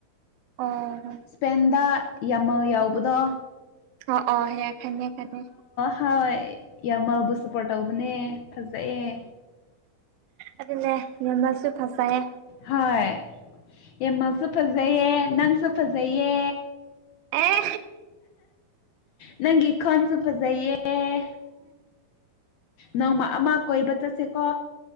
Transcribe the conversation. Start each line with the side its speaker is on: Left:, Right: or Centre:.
Right: ꯑꯣ
Left: ꯁꯄꯦꯟꯗ ꯌꯥꯝꯃ ꯌꯥꯎꯕꯗꯣ
Right: ꯑꯣ ꯑꯣ ꯍꯦ ꯈꯪꯉꯦ ꯈꯪꯉꯦ
Left: ꯍꯣꯏ ꯌꯥꯝꯃꯜꯕꯨ ꯁꯞꯄꯣꯔꯠ ꯇꯧꯕꯅꯦ ꯐꯖꯩꯌꯦꯦ
Right: ꯑꯗꯨꯅꯦ ꯅꯦꯝꯃꯁꯨ ꯐꯖꯩꯌꯦ
Left: ꯍꯣꯏ ꯌꯦꯃꯁꯨ ꯐꯖꯩꯌꯦ ꯅꯪꯁꯨ ꯐꯖꯩꯌꯦ
Right: ꯑꯦ
Left: ꯅꯪꯒꯤ ꯈꯣꯟꯁꯨ ꯐꯖꯩꯌꯦꯦ ꯅꯪꯃ ꯑꯃ ꯀꯣꯏꯕ ꯆꯠꯁꯦꯀꯣ